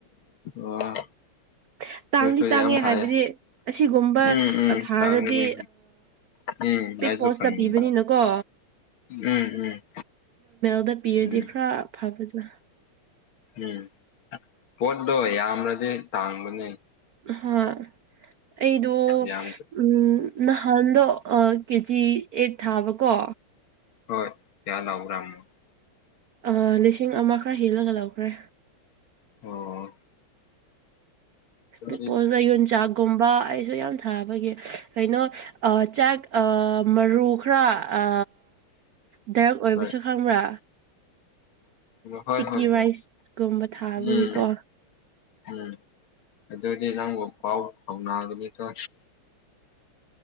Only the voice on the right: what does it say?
ꯍ
ꯇꯥꯡꯗꯤ ꯇꯥꯡꯉꯦ
ꯍꯥꯏꯕꯗꯤ ꯑꯁꯤꯒꯨꯝꯕ
ꯊꯥꯔꯗꯤ
ꯄꯣꯁꯇ
ꯄꯤꯕꯅꯤꯅꯀꯣ
ꯑꯗꯨꯗ ꯄꯤꯔꯗꯤ
ꯈꯔ ꯐꯕꯖꯥ
ꯍꯣꯏ ꯑꯩꯗꯣ
ꯎꯝ ꯅꯍꯥꯟꯗꯣ ꯑ ꯀꯦꯖꯤ ꯑꯦꯠ ꯊꯥꯕꯀꯣ
ꯑ ꯂꯤꯁꯤꯡ ꯑꯃ ꯈꯔ ꯍꯦꯜꯂꯒ ꯂꯧꯈ꯭ꯔꯦ
ꯛꯄꯣꯁꯗ ꯌꯣꯟꯆꯥꯛꯒꯨꯝꯕ ꯑꯩꯁꯨ ꯌꯥꯝ ꯊ ꯀꯩꯅꯣ ꯆ ꯃꯔꯨ ꯈꯔ ꯑ ꯗꯥꯏꯔꯦꯛ ꯑꯣꯏꯕꯁꯨ
ꯈꯪꯕ꯭ꯔꯥ ꯏꯁꯇꯤꯀꯤ
ꯔꯥꯏꯁꯀꯨꯝꯕ ꯊꯥꯕꯒꯤꯀꯣ